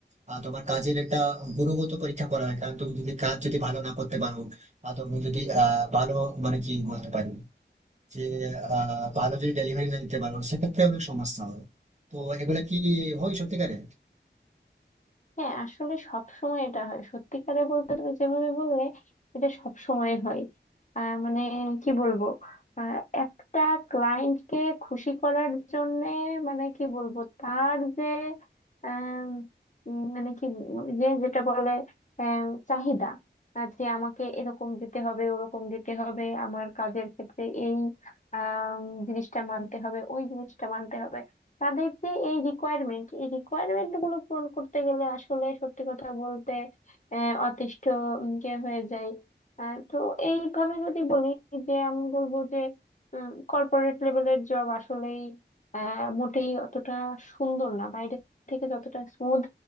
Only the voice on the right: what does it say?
আর তোমার কাজের একটা গুণগত পরীক্ষা করা হয় কারণ তুমি যদি কাজ যদি ভালো না করতে পারো বা তুমি যদি আহ ভালো মানে কি বলতে পারি যে আহ ভালো যদি ডেলিভারি না দিতে পারো সেক্ষেত্রে অনেক সমস্যা হয় তো এগুলা কি হয় সত্যিকারে